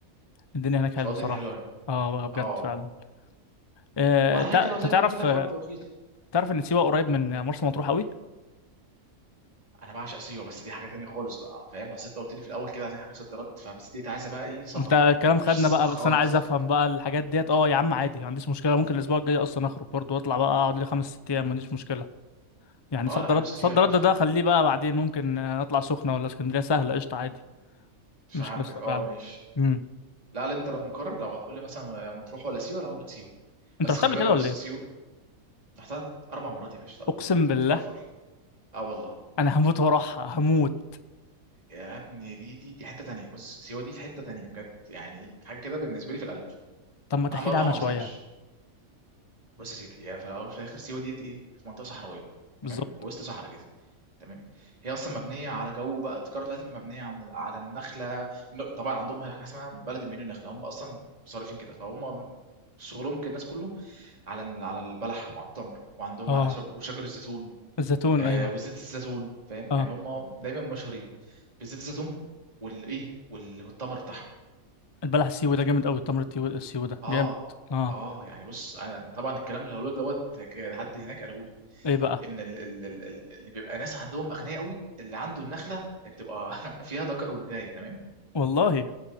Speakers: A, on the left (about 30°); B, on the right (about 25°).
A: الدنيا هناك حلوة
B: الشواطئ
A: صراحة
B: دي حلوه أوي.
A: اه بقى بجد
B: اه
A: فعلا آه،
B: وعلى
A: تع-
B: فكره
A: انت
B: زي
A: تعرف
B: ما قلت لك
A: آه،
B: برضه رخيص
A: تعرف ان سيوة قريب من مرسى مطروح قوي
B: انا بعشق سيوه بس دي حاجه تانية خالص بقى فاهم اصل انت قلت لي في الاول كده عايزين حاجه صد رد فبس دي عايزه بقى ايه سفر
A: انت الكلام
B: دي مفيش
A: خدنا
B: سخ
A: بقى
B: خالص
A: بس انا عايز افهم بقى الحاجات ديت اه يا عم عادي ما عنديش مشكلة ممكن الاسبوع الجاي اصلا اخرج برضه واطلع بقى اقعد لي خمس ست ايام ما عنديش مشكلة يعني
B: اه
A: صد
B: لا
A: رد
B: بص
A: صد
B: سيوه يا باشا
A: رد ده خليه بقى بعدين ممكن آه، اطلع سخنة ولا اسكندرية سهلة قشطة عادي
B: فهمتك
A: مش قصة
B: اه
A: فعلا
B: ماشي
A: امم
B: لا لا انت لو مكرر لو هتقول لي مثلا مطروح ولا سيوه لا اقول لك سيوه
A: انت
B: بس
A: رحت
B: خلي
A: قبل
B: بالك
A: كده ولا
B: بس
A: ايه؟
B: سيوه رحتها اربع مرات يا باشا ثلاث
A: اقسم
B: مرات
A: بالله
B: صباح الفل اه والله
A: انا هموت وراحها هموت
B: يا ابني دي دي دي حته تانية بص سيوه دي في حته تانية بجد يعني حاجه كده بالنسبه لي في القلب
A: طب ما
B: مهما
A: تحكي
B: اروحها
A: لي عنها
B: ما
A: شوية
B: بزهقش بص يا سيدي هي في الاول وفي الاخر سيوه ديت ايه في منطقه صحراويه تمام
A: بالظبط
B: وسط صحراء كده تمام هي اصلا مبنيه على جو بقى التجاره بتاعتهم مبنيه على على النخله ن- طبعا عندهم حاجه اسمها بلد مليون نخله هم اصلا صارفين كده فهم شغلهم كالناس كله على ال- على البلح وعلى التمر وعندهم
A: اه
B: على ش- وشجر الزيتون
A: الزيتون
B: آه
A: ايوه
B: وزيت الزيتون فاهم
A: اه
B: يعني هم دايما مشهورين بزيت الزيتون والايه وال- والتمر بتاعهم
A: البلح السيوي ده جامد قوي تمر التيو- السيوي ده
B: اه
A: جامد اه
B: اه يعني بص أنا- طبعا الكلام اللي هقوله دوت ك- حد هناك قاله لي
A: ايه بقى
B: ان ال- ال- ال- ال- اللي بيبقى ناس عندهم اغنياء قوي اللي عنده النخله بتبقى <laughs> فيها ذكر وانثى تمام
A: والله